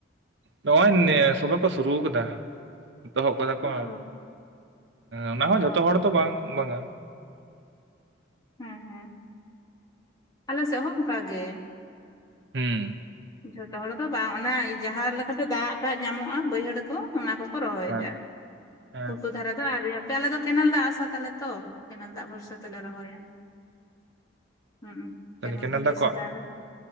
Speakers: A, on the right; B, on the left.
A: ᱱᱚᱜᱼᱚᱭ ᱥᱚᱵᱮ ᱠᱚ ᱥᱩᱨᱩ ᱠᱟᱫᱟ ᱮᱛᱚᱦᱚᱵ ᱠᱟᱫᱟ ᱠᱚ᱾
B: ᱚ
A: ᱚᱱᱟ ᱦᱚᱸ
B: ᱚ
A: ᱡᱷᱚᱛᱚ ᱦᱚᱲ ᱫᱚ ᱵᱟᱝ ᱵᱟᱝ-ᱟ᱾
B: ᱦᱮᱸ ᱦᱮᱸ ᱟᱞᱮ ᱥᱮᱫ ᱦᱚᱸ ᱚᱱᱠᱟ ᱜᱮ᱾
A: ᱦᱩᱸ
B: ᱡᱷᱚᱛᱚ ᱦᱚᱲ ᱫᱚ ᱵᱟᱝ ᱚᱱᱟ ᱡᱟᱦᱟᱸ ᱞᱮᱠᱟᱛᱮ ᱫᱟᱜ ᱫᱟᱜ ᱧᱟᱢᱚᱜᱼᱟ, ᱵᱟᱹᱭᱦᱟᱹᱲ ᱠᱚ ᱚᱱᱟ ᱠᱚᱠᱚ ᱨᱚᱦᱚᱭᱮᱫᱟ,
A: ᱦᱮᱸ ᱦᱮᱸ
B: ᱜᱷᱩᱴᱩ ᱫᱷᱟᱨᱮ ᱫᱚ ᱟᱭᱨᱤ ᱦᱟᱯᱮ ᱟᱞᱮ ᱫᱚ ᱠᱮᱱᱮᱞ ᱫᱟᱜ ᱟᱥᱟ ᱛᱟᱞᱮ ᱛᱚ᱾ ᱠᱮᱱᱮᱞ ᱫᱟᱜ ᱵᱷᱚᱨᱥᱟ ᱛᱮᱞᱮ ᱨᱚᱦᱚᱭᱟ᱾ ᱦᱩᱸ
A: ᱛᱟᱦᱚᱞᱮ ᱠᱮᱱᱮᱞ
B: ᱠᱷᱚᱱ
A: ᱫᱟᱜ
B: ᱛᱤᱥᱮ
A: ᱠᱚ
B: ᱫᱟᱜᱟ